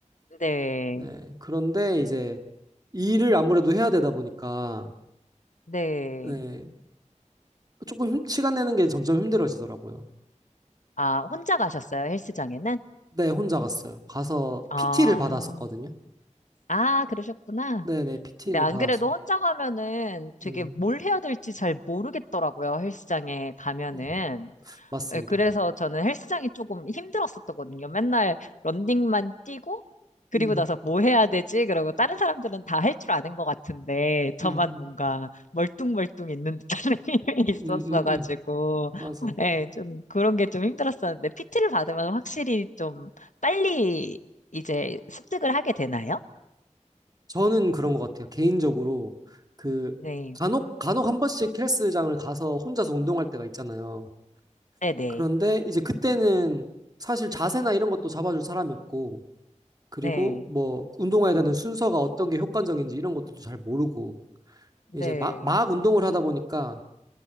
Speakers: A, on the left; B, on the right.
A: 네,
B: 네. 그런데 이제 일을 아무래도 해야 되다 보니까
A: 네.
B: 네, 조금 힘- 시간 내는 게 점점 힘들어지더라고요.
A: 아, 혼자 가셨어요, 헬스장에는?
B: 네, 혼자 갔어요. 가서
A: 아,
B: PT를 받았었거든요.
A: 아, 그러셨구나.
B: 네네, PT를
A: 근데 안
B: 받아서.
A: 그래도 혼자 가면은 되게
B: 음.
A: 뭘 해야 될지 잘 모르겠더라고요, 헬스장에 가면은.
B: 음. 맞습니다.
A: 예, 그래서 저는 헬스장이 조금 힘들었었거든요. 맨날 런닝만 뛰고, 그리고
B: 음,
A: 나서 뭐 해야 되지? 그러고 다른 사람들은 다 할 줄 아는 것 같은데, 저만
B: 음, 음,
A: 뭔가 멀뚱멀뚱 있는 듯한 <laughs> 힘이 있었어가지고,
B: 음, 음, 음. 맞아요.
A: 예, 좀 그런 게 좀 힘들었었는데, PT를 받으면 확실히 좀 빨리 이제 습득을 하게 되나요?
B: 저는 그런 것 같아요. 개인적으로 그
A: 네,
B: 간혹 간혹 한 번씩 헬스장을 가서 혼자서 운동할 때가 있잖아요.
A: 네네.
B: 그런데 이제 그때는 사실 자세나 이런 것도 잡아줄 사람이 없고 그리고
A: 네.
B: 뭐 운동해야 되는 순서가 어떤 게 효과적인지 이런 것도 잘 모르고
A: 네,
B: 이제 막, 막 운동을 하다 보니까